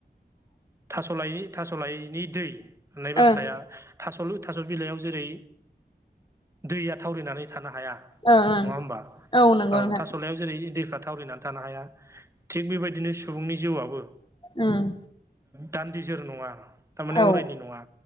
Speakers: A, on the right; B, on the left.
A: थास'लाइ थास'लाइनि दै होननाय बाथ्राया
B: ओं
A: थास' थास' बिलाइयाव जेरै दैया थावरिनानै थानो हाया
B: ओं ओं
A: नङा होमबा
B: नंगौ
A: औ
B: नोंथां
A: थास' थास'लायाव जेरै दैफ्रा थावरिनानै थानो हाया थिग बेबायदिनो सुबुंनि जिउआबो
B: उम
A: दान्दिजोर नङा थारमाने
B: औ
A: अरायनि नङा